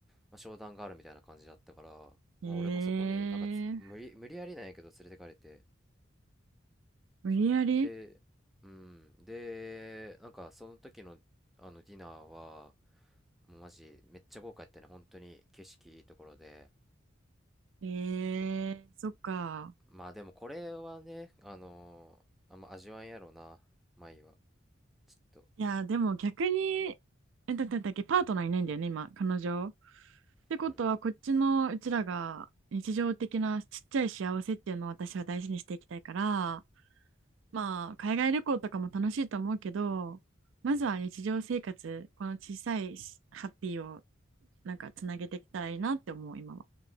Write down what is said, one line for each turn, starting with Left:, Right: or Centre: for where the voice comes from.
Centre: まあ、商談があるみたいな感じだったからまあ俺もそこになんかつ無理、
Right: ええ
Centre: 無理やりなんやけど連れてかれて
Right: 無理やり
Centre: そうでうんでなんかその時のあのディナーはもうマジめっちゃ豪華やったね本当に景色いいところで
Right: えー、そっか。
Centre: まあでもこれはねあのーあんま味わえんやろうな舞はと
Right: いや、でも逆に、え、だってだっけ、パートナーいないんだよね、今、彼女。ってことは、
Centre: うん
Right: こっちのうちらが日常的なちっちゃい幸せっていうのを私は大事にしていきたいから、まあ、海外旅行とかも楽しいと思うけど、まずは日常生活、
Centre: うん
Right: この小さいしハッピーをなんかつなげていけたらいいなって思う、今は。